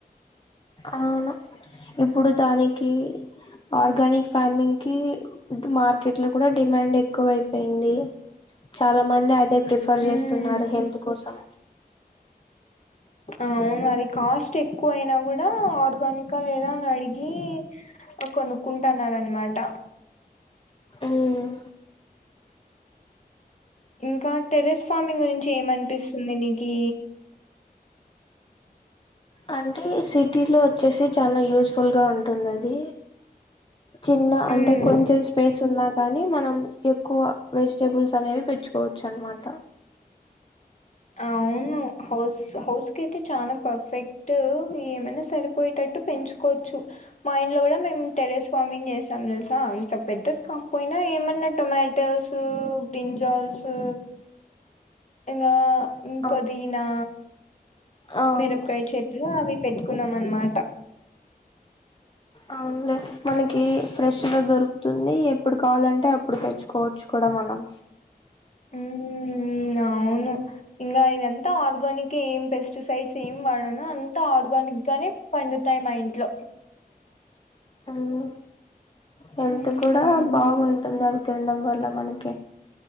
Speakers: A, on the left; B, on the left.
A: అవును ఇప్పుడు దానికి ఆర్గానిక్ ఫార్మింగ్ కి మార్కెట్ లో కూడా డిమాండ్ ఎక్కువ అయిపొయింది చాలా మంది అదే ప్రిఫర్
B: హ్మ్
A: చేస్తున్నారు హెల్త్ కోసం
B: అవును అది కాస్ట్ ఎక్కువ అయినా కూడా ఆర్గానికా ఆ లేదా అని అడిగి ఆ కొనుకుంటా అన్నార్ అనమాట
A: ఉమ్
B: ఇంకా టెరస్ ఫార్మింగ్ గురించి ఏమనిపిస్తుంది నీకి
A: అంటే సిటీ లో వొచ్చేసి చాలా యూస్ఫుల్ గా ఉంటుంది అది చిన్న
B: హ్మ్
A: అంటే కొంచెం స్పేస్ ఉన్నా కాని మనం ఎక్కువ వెజిటబుల్స్ అనే పెంచుకోవచ్చు అనమాట
B: అవును హౌస్ హౌస్ కి యితే చనా పర్ఫెక్ట్ టు ఏమైనా సరిపోయేటట్టు పెంచుకోవచ్చు మా ఇండ్లో గూడ మేము టెర్రస్ ఫార్మింగ్ చేసాం తెల్సా అంత పెద్దద్ కంపోయిన ఏమన్నా టొమాటోస్ బ్రింజాల్ జోల్సు ఇంగ
A: ఆ
B: పొదీనా
A: ఆ
B: మిరపకాయ చెట్లు అవి కున్నాం అనమాట
A: అవును లే మనకి ఫ్రెష్గా దొరుకుతుంది ఎప్పుడు కావాలంటే అప్పుడు తెచ్చుకోవచ్చు కూడా మనం
B: ఉమ్మ్ అవును ఇంగా ఇదంతా ఆర్గనిక్ ఏం పెస్టి సైడ్స్ ఏం వాడను అంత ఆర్గానిక్ గానే పండుతాయి మా ఇంట్లో
A: ఉమ్ హెల్త్
B: ఉమ్
A: కూడా బాగుంటుంది అం తిండం వల్ల మనకి